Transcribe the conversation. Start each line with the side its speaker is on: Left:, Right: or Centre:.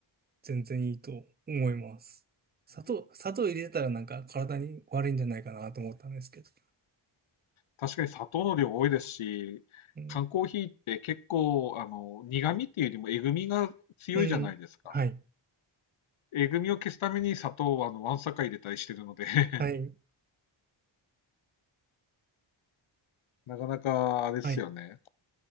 Right: 全然いいと思います。砂糖、砂糖入れてたらなんか体に悪いんじゃないかなと思ったんですけど。
Left: 確かに砂糖の量多いですし、
Right: うん。
Left: 缶コーヒーって結構、あの、苦味っていうよりもえぐみが強いじゃないですか。
Right: うん。はい。
Left: えぐみを消すために砂糖は、あの、わんさか入れたりしてるので <laughs>
Right: はい。
Left: なかなか、あれですよね。
Right: はい。